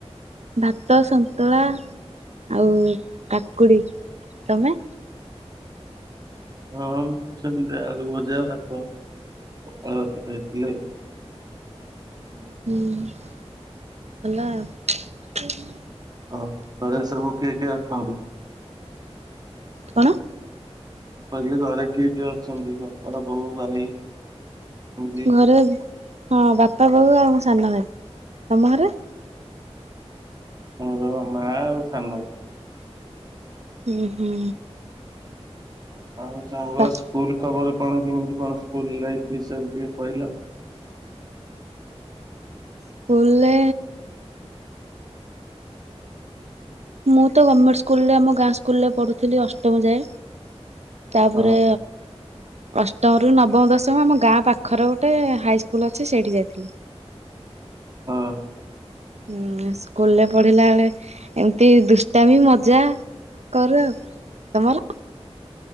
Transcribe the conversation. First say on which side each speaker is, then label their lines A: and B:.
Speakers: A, on the right; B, on the right.
A: ଭାତ ସନ୍ତୁଳା ଆଉ କାକୁଡ଼ି ତମେ
B: ହଁ ମୁଁ ସେମିତି ଆଳୁ ଭଜା ଭାତ ପଖାଳ ଭାତ ଖାଇଥିଲି
A: ହୁଁ ହେଲା ଆଉ
B: ହଉ ଘରେ ସବୁ କିଏ କିଏ ଅଛନ୍ତି
A: କଣ
B: କହିଲି ଘରେ କିଏ କିଏ ଅଛନ୍ତି ବାପା ବୋଉ ଭାଇ ଏମିତି
A: ଘରେ ହଁ ବାପା ବୋଉ ଆଉ ସାନ ଭାଇ ତମ ଘରେ
B: ଆମର ମା ଆଉ ସାନ ବୋଉ
A: ହୁଁ ହୁଁ
B: ଆଉ ସାଙ୍ଗ
A: ପା
B: ସ୍କୁଲ ଖବର କଣ କେମିତି କଣ ସ୍କୁଲ ଲାଇଫ ବିଷୟରେ ଟିକେ କହିଲ
A: ସ୍କୁଲ୍‌ ରେ ମୁଁ ତ ଗମେଣ୍ଟ ସ୍କୁଲରେ ଆମ ଗାଁ ସ୍କୁଲରେ ପଢୁଥିଲି ଅଷ୍ଟମ ଯାଏ ତାପରେ
B: ହଁ
A: ଅଷ୍ଟମରୁ ନବମ ଦଶମ ଆମ ଗାଁ ପାଖରେ ଗୋଟେ ହାଇସ୍କୁଲ୍ ଅଛି ସେଇଠି ଯାଇଥିଲି
B: ହଁ
A: ହୁଁ ସ୍କୁଲରେ ପଢିଲା ବେଳେ ଏମିତି ଦୁଷ୍ଟାମି ମଜା କରୁ ଆଉ ତମର